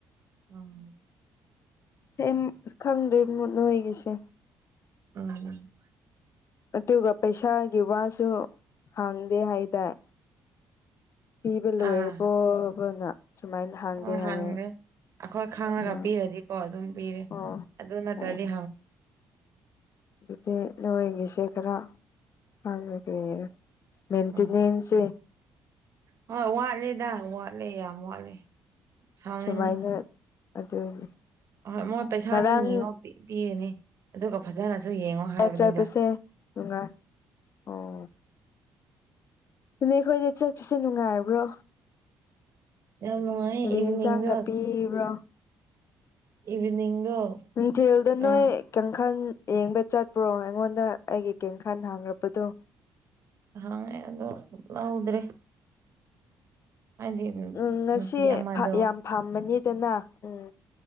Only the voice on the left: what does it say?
ꯍ ꯈꯪꯗꯔ ꯃꯣꯏꯅꯒꯁꯦ
ꯑꯗꯨꯒ ꯄꯩꯁꯥꯒꯤ ꯋꯥꯁꯨ ꯍꯥꯡꯗꯦ ꯍꯥꯏꯇꯥꯔꯦ ꯄꯤꯕ ꯂꯣꯏꯔꯕꯣꯕꯅ
ꯁꯨꯃꯥꯏꯅ ꯍꯥꯡꯗꯦ
ꯍꯥꯏꯌꯦ
ꯎꯝ
ꯑꯣ
ꯑꯣ
ꯑꯗꯨꯗꯤ ꯅꯣꯏꯒꯤꯁꯦ ꯈꯔ ꯈꯥꯡꯕꯔ ꯃꯦꯇꯅꯦꯟꯁꯦ
ꯁꯨꯃꯥꯏꯅ ꯑꯗꯨꯅꯤ
ꯉꯔꯥꯡ
ꯆꯥꯏꯕꯁꯦ ꯅꯨꯡꯉꯥꯏ ꯑꯣ ꯑꯗꯨꯅꯦ ꯑꯩꯈꯣꯏꯗ ꯆꯠꯄꯁꯦ ꯅꯨꯡꯉꯥꯏꯕ꯭ꯔꯣ
ꯀꯔꯤ
ꯌꯦꯟꯁꯥꯡꯒ ꯄꯤꯕ꯭ꯔꯣ
ꯎꯝ ꯖꯦꯜꯗꯅꯣ
ꯀꯪ ꯈꯜ ꯌꯦꯡꯕ ꯆꯠꯄ꯭ꯔꯣ ꯑꯩꯉꯣꯟꯗ ꯑꯩꯒꯤ ꯀꯦꯡꯈꯥꯟ ꯍꯥꯡꯈꯄꯗꯣ
ꯎꯝ ꯉꯁꯤ
ꯌꯥꯝ ꯄꯥꯝꯕꯅꯤꯗꯅ ꯎꯝ